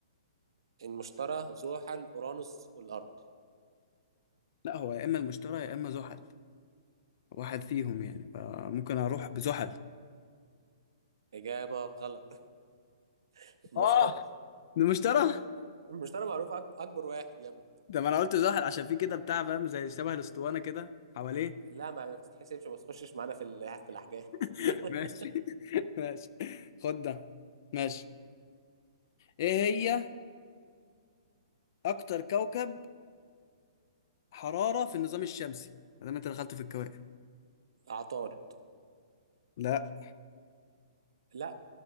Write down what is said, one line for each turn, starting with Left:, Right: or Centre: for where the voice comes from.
Right: المشتري زحل اورانوس والارض
Left: لا هو يا اما المشترى يا اما زحل واحد فيهم يعني فممكن اروح بزحل
Right: اجابة غلط <laughs> المشتري
Left: اه المشترى
Right: المشتري معروف أك- اكبر واحد يا ابني
Left: ده ما انا قلت زحل عشان في كده بتاع فاهم زي شبه الاسطوانه كده حواليه
Right: لا ما ما بتتحسبش ما تخشش معانا في ال- في الاحجام
Left: <laughs>
Right: <laughs>
Left: ماشي ماشي خد ده ماشي ايه هي اكتر كوكب حراره في النظام الشمسي ما دام انت دخلت في الكواكب
Right: عطارد
Left: لا
Right: لا